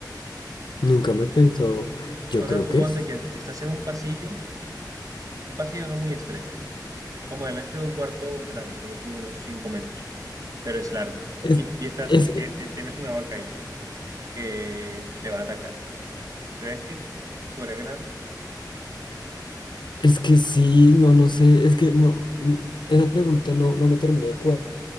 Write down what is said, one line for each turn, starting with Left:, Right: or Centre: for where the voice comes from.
Left: nunca me pensó, yo
Right: O
Left: creo
Right: sea, suponte
Left: que es,
Right: que estás en un pasillo, un pasillo no muy estrecho, como del ancho de un cuarto grande, ponte tú unos 5 metros, pero es largo.
Left: es,
Right: Y, y estás,
Left: es,
Right: tien- tien- tienes una vaca ahí. que te va a atacar. ¿Crees que podría ganarle?
Left: es que sí, no, no sé, es que no, mm, esa pregunta no, no me terminé de cuadrar,